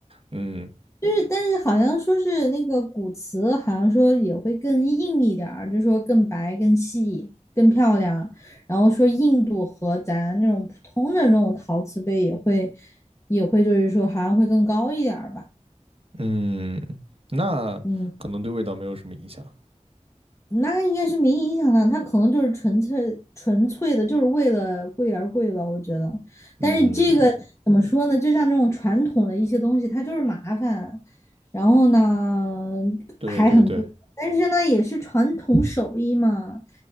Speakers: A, on the right; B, on the left.
A: 嗯
B: 就是但是好像说是那个古瓷，好像说也会更硬一点儿，就是说更白、更细、更漂亮，然后说硬度和咱那种普通的那种陶瓷杯也会也会就是说好像会更高一点儿吧，
A: 嗯，那可能对味道没有什么影响，
B: 嗯。那应该是没影响的，他可能就是纯粹纯粹的，就是为了贵而贵吧，我觉得。
A: 嗯，
B: 但是这个怎么说呢？就像这种传统的一些东西，它就是麻烦，然后呢
A: 对对对
B: 还很贵，但是呢也是传统手艺嘛，